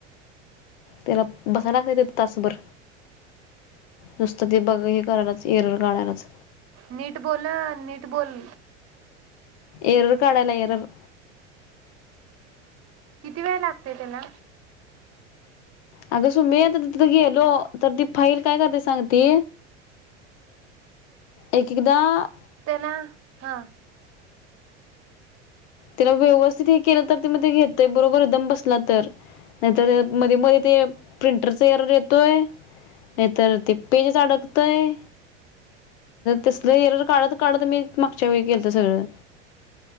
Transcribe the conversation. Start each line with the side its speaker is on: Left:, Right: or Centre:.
Left: त्याला बसायला लागतय, तासभर नुसतं ते बघ हे करायलाच एरवर काढायलाच.
Right: नीट बोला, नीट बोल.
Left: एरर काढयला एरर-
Right: किती वेळ लागतय त्याला?
Left: अग, सुमे आता तिथं गेलो, तर ती फाईल काय करते सांग ती एक एकदा-
Right: त्यांना हा-
Left: तिला व्यवस्थित हे केलं, तर ते म ते घेतय बरोबर एकदम बसला तर, नाहीतर मध्ये मध्ये ते प्रिंटरच एरर येतोय, नाहीतर ते पेजस अडकतय, तसलं एरर काढत काढत मी मागच्या वेळी केलत सगळं.